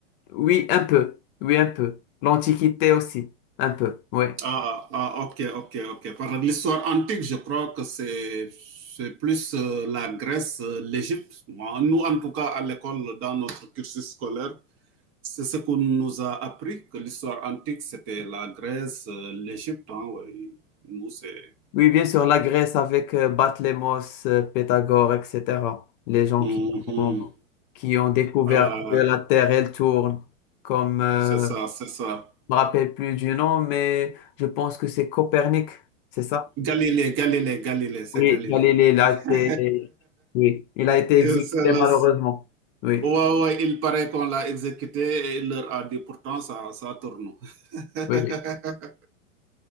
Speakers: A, on the left; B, on the right.
A: Oui, un peu, oui, un peu. L'Antiquité aussi, un peu, oui.
B: Ah, ah, ok, ok, ok. Par l'histoire antique, je crois que c'est c'est plus euh, la Grèce, euh, l'Égypte. Moi, Nous, en tout cas, à l'école, dans notre cursus scolaire, c'est ce qu'on nous a appris, que l'histoire antique, c'était la Grèce, euh, l'Égypte. hein, ouais. Nous, c'est...
A: Oui, bien sûr, la Grèce avec euh, Batlémos, euh, Pythagore, etc. Les gens
B: Mhm.
A: qui ont, qui ont découvert
B: Voilà,
A: que la Terre, elle tourne, comme, euh,
B: c'est ça,
A: je
B: c'est ça.
A: me rappelle plus du nom, mais je pense que c'est Copernic, c'est ça?
B: Galilée, Galilée, Galilée, c'est
A: Oui,
B: Galilée.
A: Galilée, il a été,
B: <laughs>
A: oui, il a été
B: Et
A: exécuté
B: c'est là-
A: malheureusement. Oui,
B: Ouais, ouais, il paraît qu'on l'a exécuté et il leur a dit pourtant ça, ça tourne. <laughs>
A: oui,